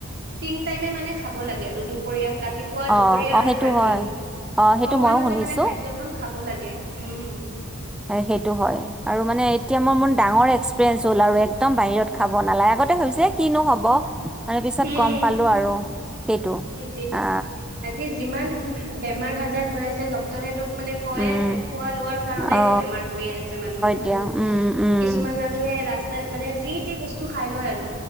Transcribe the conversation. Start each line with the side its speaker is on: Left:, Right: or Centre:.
Right: তিন টাইমে মানে খাব লাগে আৰু দুপৰীয়া, ৰাত তিপুৱা, দুপৰীয়া
Centre: অ অ
Right: আৰু
Centre: সেইটো
Right: ৰাতি।
Centre: হয় অ সেইটো
Right: সময়মতে
Centre: মইও শুনিছো
Right: মানে খাদ্যখন খাব লাগে, উম।
Centre: আই সেইটো হয় আৰু মানে এতিয়া মোৰ মোৰ ডাঙৰ এক্সপিৰিয়েঞ্চ হ'ল আৰু একদম বাহিৰত খাব নালাগে আগতে ভাবিছিলে কিনো হ'ব। তাৰেপিছত
Right: উম
Centre: গম পালোঁ আৰু সেইটো
Right: সেইটোয়েতো।
Centre: আ
Right: আজি যিমান বেমাৰ হাজাৰ হৈ আছে ড ডক্টৰেটো মানে কৈয়ে
Centre: উম
Right: আছে খোৱা-লোৱাৰ কাৰণেইটো
Centre: অ
Right: বেমাৰ পৰি আছে মানুহে হয়
Centre: দিয়া
Right: নে নহয়
Centre: উম উম
Right: কিছুমান মানুহে ৰাস্তাত মানে যি টি বস্তু খাই লয় আৰু।